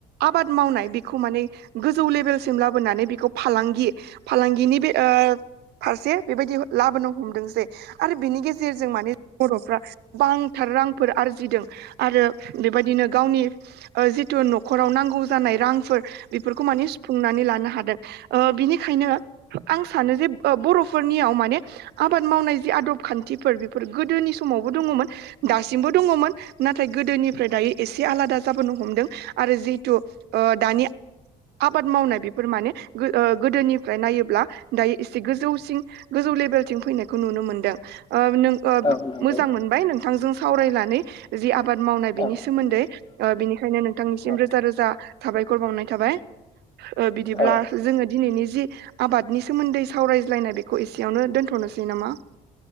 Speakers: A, on the right; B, on the left.
A: आबाद मावनाय बेखौ माने गोजौ लेभेलसिम लाबोनानै बेखौ फालांगि फालांगिनि बे ओ फारसे बेबायदि लाबोनो हमदों जे आरो बिनि गेजेरजों माने बर'फ्रा गोबांथार रांफोर आरजिदों आरो बेबायदिनो गावनि ओ जिथु न'खराव नांगौ जानाय रांफोर बेफोरखौ माने सुफुंनानै लानो हादों ओ बिनि बेखायनो आं सानो जे बर'फोरनियाव माने आबाद मावनाय जि आदब खान्थिफोर बेफोर गोदोनि समावबो दङमोन दासिमबो दङमोन नाथाय गोदोनिफ्राय दायो एसे आलादा जाबोनो हमदों आरो जिहेथु ओ दानि आबाद मावनाय बेफोर माने ओ गोदोनिफ्राय नायोब्ला दायो एसे गोजौसि गोजौ लेभेलथिं फैनायखौ नुनो मोनदों। ओ नों ओ
B: औ नंगौ
A: मोजां मोनबाय नों नोंथां जों सावरायनानै जि आबाद मावनाय बिनि
B: औ
A: सोमोन्दै बिनिखायनो नोंथांनिसिम
B: औ
A: रोजा रोजा साबायखर बावनाय थाबाय बिदिब्ला
B: औ
A: जोङो दिनैनि जि आबादनि सोमोन्दै सावरायज्लायनाय बेखौ एसेयावनो दोनथ'नोसै नामा